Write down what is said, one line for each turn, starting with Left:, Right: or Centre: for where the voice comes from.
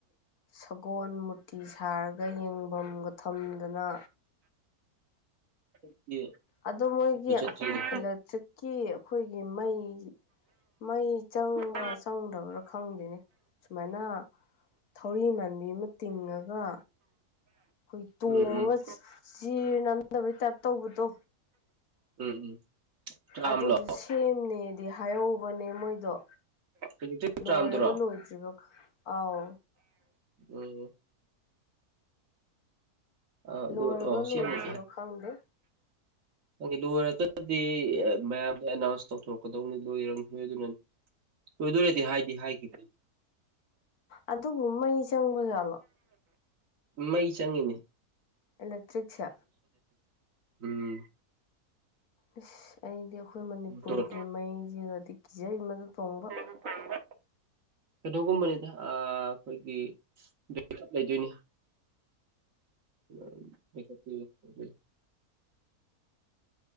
Left: ꯁꯒꯣꯜ ꯃꯨꯔꯇꯤ ꯁꯥꯔꯒ ꯌꯦꯡꯐꯝꯒ ꯊꯝꯗꯅ
Right: <unintelligible>
Left: ꯑꯗꯣ ꯃꯣꯏꯒꯤ
Right: ꯆꯠꯇ꯭ꯔꯤꯕ
Left: ꯏꯂꯦꯛꯇ꯭ꯔꯤꯛꯀꯤ ꯑꯩꯈꯣꯏꯒꯤ ꯃꯩ ꯃꯩ ꯆꯪꯕ꯭ꯔꯥ
Right: ꯎꯝ
Left: ꯆꯪꯗꯕ꯭ꯔꯥ ꯈ ꯐꯪꯗꯦꯅꯦ ꯁꯨꯃꯥꯏꯅ ꯊꯧꯔꯤ ꯃꯥꯟꯕꯤ ꯑꯃ ꯇꯤꯡꯉꯒ ꯑꯩꯈꯣꯏꯒꯤ ꯇꯣꯡꯉꯒ
Right: ꯎꯝ
Left: ꯆꯤ ꯅꯗꯕꯩ ꯇꯥꯏꯞ ꯇꯧꯕꯗꯣ
Right: ꯎꯝ ꯎꯝ ꯇ꯭ꯔꯥꯝꯂꯣ
Left: ꯑꯗꯨꯗꯨ ꯁꯦꯝꯅꯦꯗꯤ ꯍꯥꯏꯍꯧꯕꯅꯦ ꯃꯣꯏꯗꯣ
Right: ꯏꯂꯦꯛꯇ꯭ꯔꯤꯛ
Left: ꯂꯣꯏꯔꯕ
Right: ꯇ꯭ꯔꯥꯝꯗꯨꯔꯣ
Left: ꯂꯣꯏꯗ꯭ꯔꯤꯕ ꯑꯥꯎ
Right: ꯎꯝ ꯑ ꯑꯗꯨ
Left: ꯂꯣꯏꯔꯕ
Right: ꯑꯣ
Left: ꯂꯣꯏꯗ꯭ꯔꯤꯕ
Right: ꯁꯤꯒꯦ
Left: ꯈꯪꯗꯦ
Right: ꯅꯪ ꯂꯣꯏꯔꯀ꯭ꯔꯗꯤ ꯃꯌꯥꯝꯗ ꯑꯦꯅꯥꯎꯟꯁ ꯇꯧꯊꯣꯔꯛꯀꯗꯧꯅꯤ ꯂꯣꯏꯔꯝꯅꯤꯣꯏ ꯑꯗꯨꯅ ꯇꯗꯨ ꯇꯍꯏ ꯇꯗꯤꯍꯥꯏ ꯀ
Left: ꯑꯗꯨꯨꯝꯩ ꯆꯪꯕ ꯆꯥꯂꯣ
Right: ꯃꯩ ꯆꯪꯉꯤꯅꯦ
Left: ꯏꯂꯦꯛꯇ꯭ꯔꯤꯛꯁꯦ
Right: ꯎꯝ
Left: ꯑꯁ ꯑꯩꯗꯤ ꯑꯩꯈꯣꯏ ꯃꯅꯤꯄꯨꯔꯒꯤ
Right: ꯃꯣꯇꯣꯔ
Left: ꯃꯩꯁꯤꯗꯗꯤ ꯀꯤꯖꯩ ꯃꯗꯨ ꯇꯣꯡꯕ
Right: ꯑꯗꯨ ꯐꯝꯕ ꯀꯩꯩꯅꯣꯒꯨꯝꯕꯅꯤꯗ ꯑꯩꯈꯣꯏꯒꯤ ꯕꯦꯒꯞ ꯂꯩꯗꯣꯏꯅꯤ ꯎ